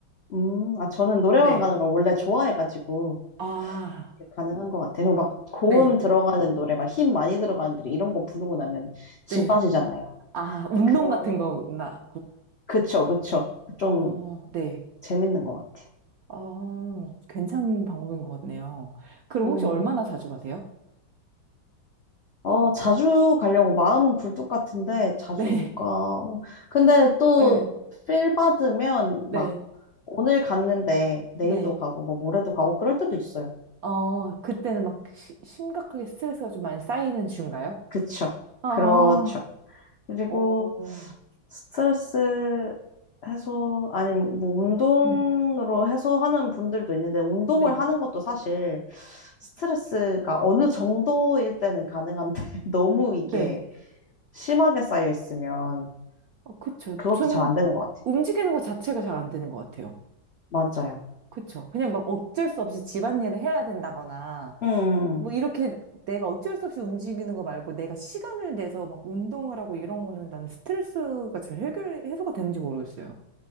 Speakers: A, on the left; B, on the right.
A: 음, 아 저는 노래방
B: 네.
A: 가는 걸 원래 좋아해가지고
B: 아,
A: 이렇게 가능한 것 같아요. 그리고 막 고음
B: 네,
A: 들어가는 노래, 막 힘 많이 들어가는 노래 이런 거 부르고 나면 진
B: 네.
A: 빠지잖아요.
B: 아, 운동
A: 근데 그런,
B: 같은 거구나.
A: 그쵸, 그쵸. 좀
B: 어, 네.
A: 재밌는 것 같아요.
B: 어, 괜찮은 방법인 것 같네요. 그럼
A: 음.
B: 혹시 얼마나 자주 가세요?
A: 어, 자주 가려고 마음은 굴뚝 같은데 자주
B: 네,
A: 못 가고. 근데 또
B: <laughs> 네,
A: 필 받으면
B: 네,
A: 막 오늘 갔는데 내일도
B: 네.
A: 가고 뭐 모레도 가고 그럴 때도 있어요.
B: 어, 그때는 막 시- 심각하게 스트레스가 좀 많이 쌓이는 중인가요?
A: 그쵸.
B: 아,
A: 그렇죠. 그리고
B: 어,
A: 스트레스 해소, 아니, 뭐, 운동으로
B: 음,
A: 해소하는 분들도 있는데, 운동을
B: 네.
A: 하는 것도 사실 스트레스가 어느 정도일 때는 가능한데, <laughs> 너무 이게
B: 네.
A: 심하게 쌓여 있으면
B: 어, 그쵸.
A: 그것도
B: 저는
A: 잘 안 되는 것
B: 움직이는 것 자체가 잘 안 되는 것 같아요.
A: 같아요. 맞아요.
B: 그쵸. 그냥 막 어쩔 수 없이 집안일을 해야 된다거나,
A: 음, 음.
B: 뭐 이렇게 내가 어쩔 수 없이 움직이는 거 말고 내가 시간을 내서 막 운동을 하고 이런 거는 난 스트레스가 잘 해결, 해소가 되는지 모르겠어요.